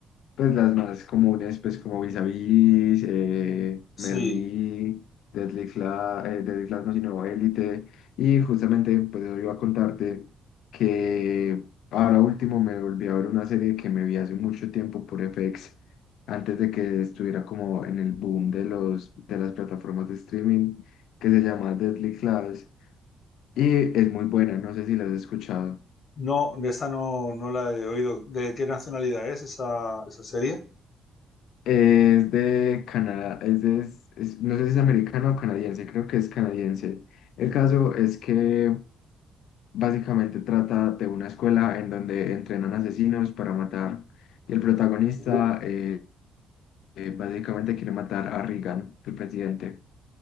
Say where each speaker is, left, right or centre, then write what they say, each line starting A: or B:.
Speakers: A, on the left; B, on the left.
A: Pues las más comunes, pues como Vis a Vis, eh,
B: Sí.
A: Merlí, Deadly Class, eh, Deadly Class no, sino Élite. Y justamente, pues yo iba a contarte que ahora último me volví a ver una serie que me vi hace mucho tiempo por FX, antes de que estuviera como en el boom de, los, de las plataformas de streaming, que se llama Deadly Class. Y es muy buena, no sé si la has escuchado.
B: No, de esta no, no la he oído. ¿De qué nacionalidad es esa, esa serie?
A: Es de Canadá, es de, es- es- no sé si es americano o canadiense, creo que es canadiense. El caso es que básicamente trata de una escuela en donde entrenan asesinos para matar y el protagonista
B: Uh,
A: eh, eh, básicamente quiere matar a Reagan, el presidente.